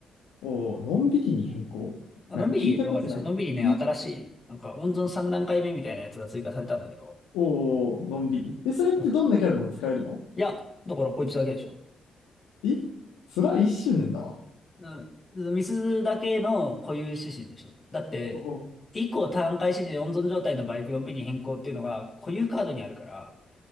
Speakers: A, on the left; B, on the left.
A: おお、のんびりに変更なんか聞いたことない。
B: あ、のんびり、わかるそのんびりね、
A: き、
B: 新しい、なんか温存3段階目みたいなやつが追加されたんだけど。
A: おお、のんびり。え、それってどんなキャラでも使えるの
B: そういや、だからこいつだけでしょ。
A: えそれは一周年だわ。
B: うん。ミスだけの固有指針でしょ。だって、
A: おお、
B: 以降単回指示温存状態のバイク 4V に変更っていうのが固有カードにあるから、